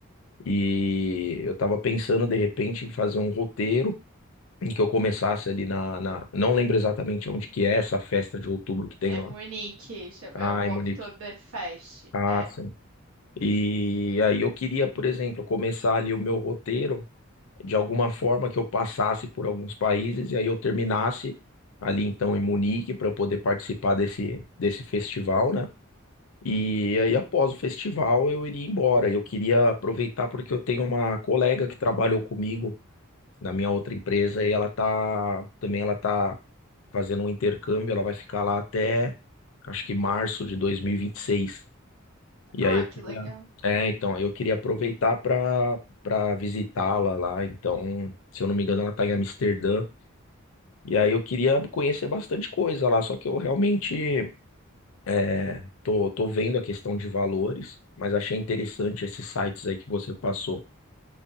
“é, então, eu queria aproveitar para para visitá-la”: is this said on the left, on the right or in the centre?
Left